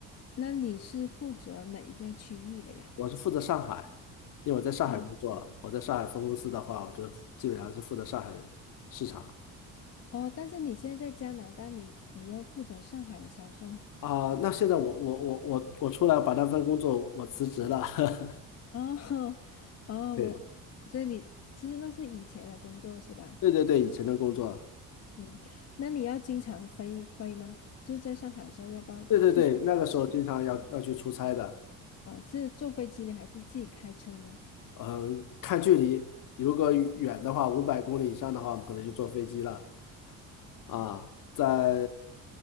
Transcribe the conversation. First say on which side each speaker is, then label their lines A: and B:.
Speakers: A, on the left; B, on the left.
A: 那你是负责哪一个区域的呀？
B: 我是负责上海，因为我在上海工作，
A: 哦
B: 我在上海分公司的话，我就基本上是负责上海的市场
A: 哦，但是你现在在加拿大，你你要负责上海的销售。
B: 啊。那现在我我我我我出来把那份工作我辞职了，<laughs>
A: 哦 <laughs> 哦，
B: 对
A: 我，所以你其实那是以前的工作是吧？
B: 对对对，以前的工作。
A: 嗯，那你要经常飞飞吗？就是在上海的时候，要不要？
B: 对对对，那个时候经常要要去出差的，
A: 是呃，是坐飞机呢，还是自己开车呢？
B: 嗯，看距离，如果远的话，五百公里以上的话，我们可能就坐飞机了啊，在